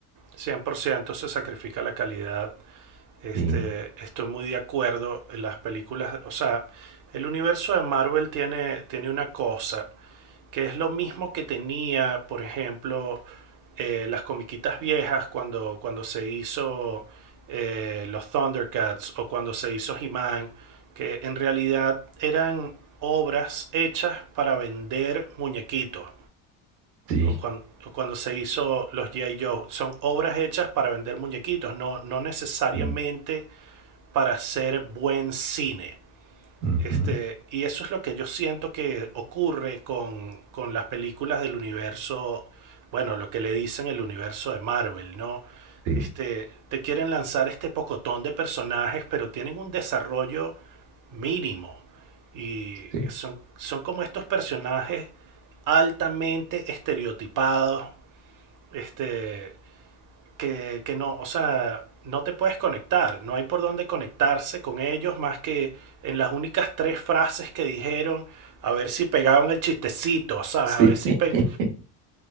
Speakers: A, on the right; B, on the right.
A: 100% se sacrifica la calidad. Este,
B: Sí,
A: estoy muy de acuerdo en las películas, o sea, el universo de Marvel tiene, tiene una cosa que es lo mismo que tenía, por ejemplo, eh, las comiquitas viejas cuando, cuando se hizo eh, los Thundercats o cuando se hizo He-Man, que en realidad eran obras hechas para vender muñequitos.
B: sí,
A: O cuan- o cuando se hizo los G.I. Joe, son obras hechas para vender muñequitos, no, no necesariamente
B: sí,
A: para hacer buen cine.
B: ujú,
A: Este, y eso es lo que yo siento que ocurre con, con las películas del universo, bueno, lo que le dicen el universo de Marvel, ¿no?
B: sí,
A: Este, te quieren lanzar este pocotón de personajes, pero tienen un desarrollo mínimo. Y
B: sí,
A: son, son como estos personajes altamente estereotipados, este, que, que no, o sea, no te puedes conectar, no hay por dónde conectarse con ellos más que en las únicas tres frases que dijeron, a ver si pegaban el chistecito, ¿sabes?
B: sí,
A: A ver si... pe-
B: <laughs>